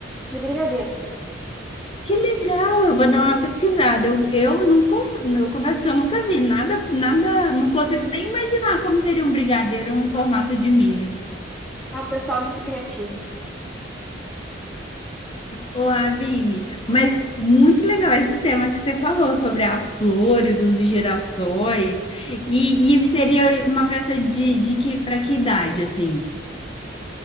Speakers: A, in the centre; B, on the left (about 25°).
A: de brigadeiro.
B: Que legal. Eu vou dar uma pesquisada. Eu, eu não, con- eu confesso que eu nunca vi nada, nada. Não consigo nem imaginar como seria um brigadeiro em formato de milho.
A: Ah, o pessoal é muito criativo.
B: Ô, Ravine, mas muito legal esse tema que você falou sobre as flores, os girassóis. E, e seria uma festa de, de que para que idade assim?